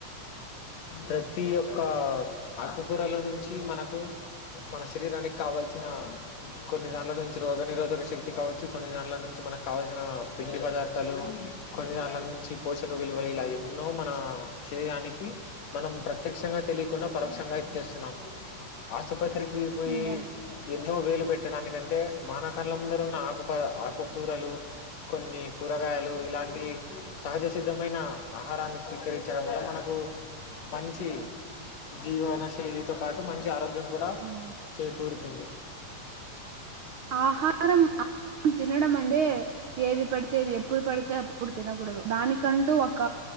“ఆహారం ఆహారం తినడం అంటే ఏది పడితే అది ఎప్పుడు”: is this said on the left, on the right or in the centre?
Right